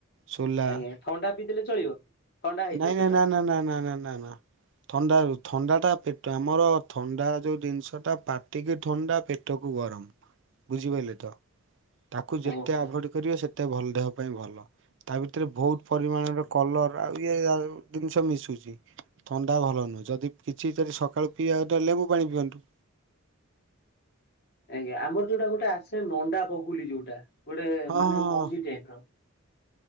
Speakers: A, on the right (about 60°); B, on the left (about 50°).
A: ସୋଲା
B: ଆଜ୍ଞା ଥଣ୍ଡା ପିଇଦେଲେ ଚଳିବ? ଥଣ୍ଡା ହେଇଯିବ
A: ନାଇଁ
B: ପେଟ।
A: ନା-ନା-ନା-ନା-ନା-ନା-ନା-ନା। ଥଣ୍ଡା ଥଣ୍ଡାଟା ପେଟ ଆମର ଥଣ୍ଡା ଯୋଉ ଜିନିଷଟା ପା ଟିକେ ଥଣ୍ଡା ପେଟକୁ ଗରମ ବୁଝିପାରିଲେ ତ ତାକୁ
B: ଓହୋ।
A: ଯେତେ ଆଭାଡ କରିବ ସେତ ଭଲ ଦେହ ପାଇଁ ଭଲ ତା ଭିତରେ ବହୁତ ପରିମାଣର କଲର ଆଉ ଇଏ ଜିନିଷ ମିଶୁଚି। ଥଣ୍ଡା ଭଲ ନୁହଁ ଯିଦି କିଛି ଯଦି ସକାଳୁ ପିଇବାକୁ ଲେମ୍ବୁ ପାଣି ପିଅନ୍ତୁ।
B: ଆଜ୍ଞା ଆମର ଯୋଉଟା ଗୋଟେ ଆସେ ନଣ୍ଡା ବଗୁଲି ଯୋଉଟା ଗୋଟେ
A: ହଁ ହଁ
B: ମାନେ
A: ହଁ
B: ମଞ୍ଜି ଟାଇପ୍ ର।